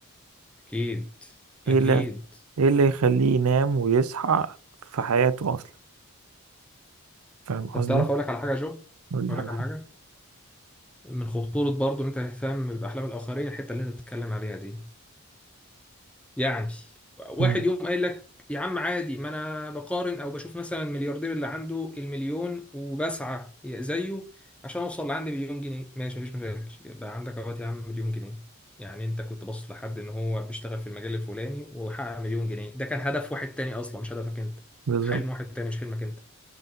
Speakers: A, in the centre; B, on the right (about 80°).
A: اكيد اكيد
B: ايه اللي ايه اللي يخليه ينام ويصحى في حياته اصلا فاهم قصدي
A: طب تعرف اقول لك على حاجه يا جو
B: قول لي
A: اقول
B: على
A: لك على
B: حاجة
A: حاجه من خطورة برضه إن أنت تهتم بأحلام الآخرين الحتة اللي أنت بتتكلم عليها دي يعني واحد
B: امم
A: يوم قايل لك يا عم عادي ما أنا بقارن أو بشوف مثلا الملياردير اللي عنده المليون وبسعى زيه عشان أوصل لعندي مليون جنيه ماشي مفيش مشاكل يبقى عندك أهوت يا عم مليون جنيه يعني أنت كنت باصص لحد إن هو بيشتغل في المجال الفلاني وحقق مليون جنيه ده كان هدف واحد تاني أصلا مش هدفك أنت
B: بالظبط
A: حلم واحد تاني مش حلمك أنت